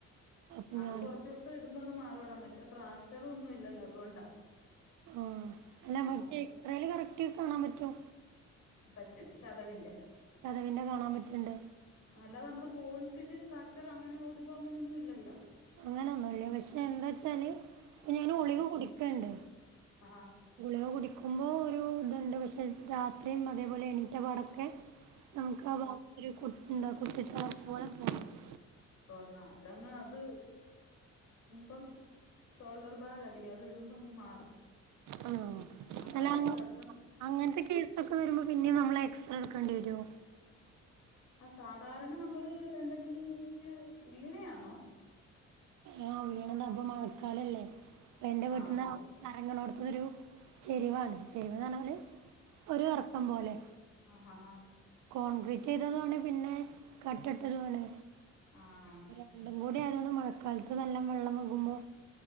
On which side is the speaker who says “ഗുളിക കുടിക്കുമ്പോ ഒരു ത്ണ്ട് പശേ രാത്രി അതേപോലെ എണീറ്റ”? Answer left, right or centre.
Right